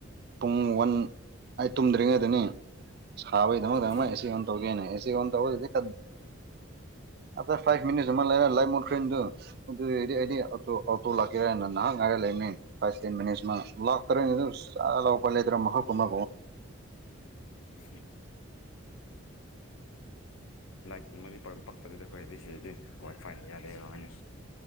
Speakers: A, on the right; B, on the left.
A: ꯄꯨꯡ ꯋꯥꯟ ꯑꯩꯠ ꯇꯨꯝꯗ꯭ꯔꯤꯉꯩꯗꯅꯤ ꯁꯥꯕꯒꯤꯗꯃꯛꯇ ꯑꯃ
B: ꯎꯝ
A: ꯑꯦꯁꯤ ꯑꯣꯟ ꯇꯧꯒꯦꯅ ꯑꯦꯁꯤ ꯑꯣꯟ ꯇꯧꯕꯗꯨꯗꯤ ꯇ ꯐꯥꯏꯚ ꯃꯤꯠ ꯂ ꯂꯥꯏ ꯃꯗ ꯈꯅꯤꯣ ꯑꯗꯨꯗꯤ ꯑꯩꯗꯤ ꯑꯣꯇꯣ ꯂꯥꯛꯀꯦꯔꯥꯅ ꯅꯍ ꯉꯔ ꯂꯩ ꯐ ꯇꯦꯟ ꯂꯥꯛꯇꯔ ꯆꯂꯥꯏ ꯂꯩꯇ꯭ꯔꯣ ꯃꯀꯨꯃ
B: ꯍ ꯂꯥꯏꯔꯤꯛꯨꯝꯕꯗꯤ ꯄ ꯄꯛꯇꯕꯤꯗ ꯑꯩꯈꯣꯏꯗꯤ ꯁꯤꯗꯗꯤ ꯍꯣꯏ ꯐꯥꯏꯅ ꯌꯥꯗꯦꯣꯏꯅꯤ